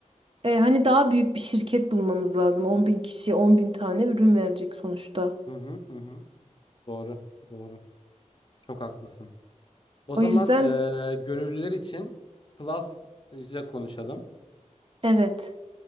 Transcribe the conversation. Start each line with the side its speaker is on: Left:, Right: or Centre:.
Right: E, hani daha büyük bir şirket bulmamız lazım. 10 bin kişiye 10 bin tane ürün verecek sonuçta.
Left: Hı hı hı. hı. Doğru, doğru. Çok haklısın. O
Right: O
Left: zaman
Right: yüzden
Left: eee gönüllüler için Plus'la konuşalım.
Right: evet,